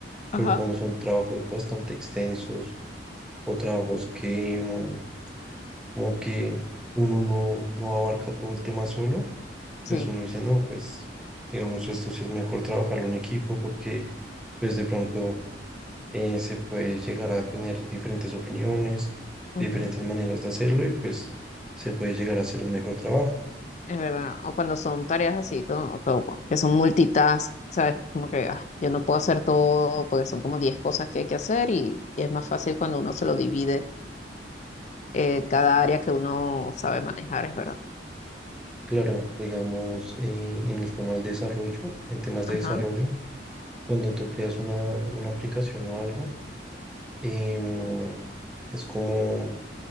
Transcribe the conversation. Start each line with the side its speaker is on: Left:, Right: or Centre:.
Left: Ajá.
Centre: pero cuando son trabajos bastante extensos o trabajos que, como que uno no, no abarca todo el tema solo, pues
Left: Sí,
Centre: uno dice, no, pues digamos, esto sí es mejor trabajarlo en equipo porque pues de pronto eh, se puede llegar a tener diferentes opiniones,
Left: ujú,
Centre: diferentes maneras de hacerlo y pues se puede llegar a hacer un mejor trabajo.
Left: Es verdad. O cuando son tareas así, como- como que son multitask, ¿sabes? Como que ah, yo no puedo hacer todo porque son como diez cosas que hay que hacer y, y es más fácil cuando uno se lo divide eh, cada área que uno sabe manejar, es verdad.
Centre: Claro, digamos, eh, en el tema del desarrollo, en temas de
Left: Ajá,
Centre: desarrollo, cuando tú creas una, una aplicación o algo, em, es como,